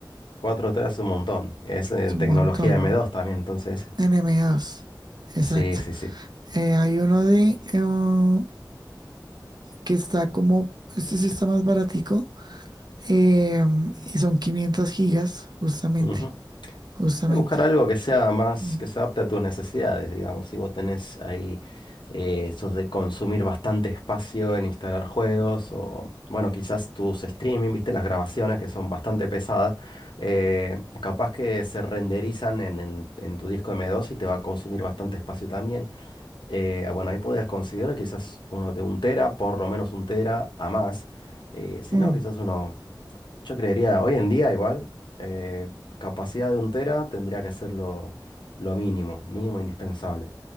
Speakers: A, on the left; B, on the right.
A: cuatro 3 es un montón. Es en
B: Es un
A: tecnología
B: montón.
A: m dos también, entonces.
B: En m 2 Exacto.
A: Sí, sí, sí.
B: Eh, hay uno de eh, que está como, este sí está más baratico, eh, y son 500 gigas, justamente,
A: Ujú.
B: justamente.
A: Y Buscar algo que sea más,
B: Mm.
A: que se adapte a tus necesidades, digamos. Si vos tenés ahí eh, esos de consumir bastante espacio en instalar juegos o, bueno, quizás tus streaming, viste, las grabaciones que son bastante pesadas, eh, capaz que se renderizan en, en en tu disco m dos y te va a consumir bastante espacio también. Eh, bueno, ahí podías considerar quizás uno de un tera, por lo menos un tera a más. Eh, si
B: Mm,
A: no, quizás uno, yo creería, hoy en día igual, eh, capacidad de un tera tendría que ser lo, lo mínimo, mínimo indispensable.